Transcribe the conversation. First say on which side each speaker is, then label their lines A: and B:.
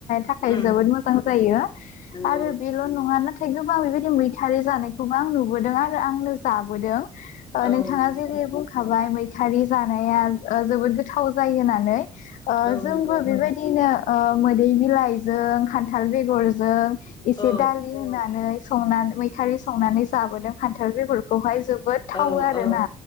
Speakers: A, on the left (about 55°); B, on the left (about 30°).
A: थाखाय
B: उम
A: जोबो मोजां जायो।
B: नंगौ
A: आरो बेल' नङा नाथाय गोबां बेबायदि मैथारि जानायखौबो आं नुबोदों आरो आंनो जाबोदों। ओ
B: औ
A: नोंथाङा
B: नंगौ
A: जेरै बुंखाबाय मै मैथारि जानाया ओ जोबोद गोथाव जायो होननानै। ओ
B: औ
A: जोंबो
B: नंगौ
A: बेबायदिनो ओ मोदै बिलाइजों खान्थाल बेगर जों इसे
B: औ
A: दालि होननानै संना मैथारि संनानै जाबोदों फान्थाल बेफोरखौहाय जो बोद थावो
B: औ
A: आरोना।
B: औ